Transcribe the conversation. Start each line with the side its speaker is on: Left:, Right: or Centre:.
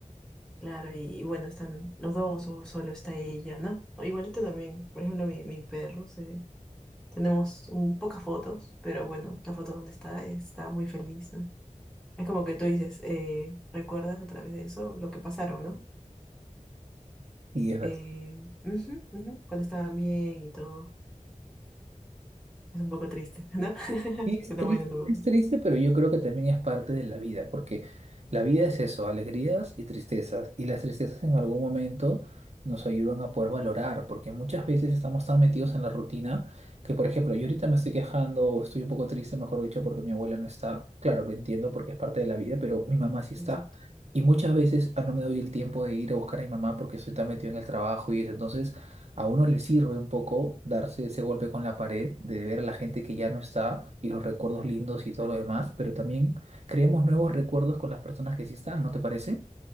Centre: Claro, y, y bueno, están los dos o solo está ella, ¿no? O igualito también, por ejemplo, mi, mi perro, se- tenemos un, pocas fotos, pero bueno, la foto donde está está muy feliz, ¿no? Es como que tú dices, eh, ¿recuerdas a través de eso lo que pasaron, ¿no?
Right: Y es verdad.
Centre: Eh, ujú, ujú, Cuando estaban bien y todo. Es un poco triste, <laughs> ¿no? <laughs> Se
Right: Y es
Centre: está
Right: triste,
Centre: moviendo todo.
Right: es triste, pero yo creo que también es parte de la vida, porque la vida es eso, alegrías y tristezas, y las tristezas en algún momento nos ayudan a poder valorar, porque muchas veces estamos tan metidos en la rutina que, por ejemplo, yo ahorita me estoy quejando o estoy un poco triste, mejor dicho, porque mi abuela no está, claro, lo entiendo porque es parte de la vida, pero mi mamá sí está.
Centre: Exacto.
Right: Y muchas veces ah, no me doy el tiempo de ir a buscar a mi mamá porque estoy tan metido en el trabajo y eso, entonces a uno le sirve un poco darse ese golpe con la pared, de ver a la gente que ya no está y los recuerdos lindos y todo lo demás, pero también creemos nuevos recuerdos con las personas que sí están, ¿no te parece?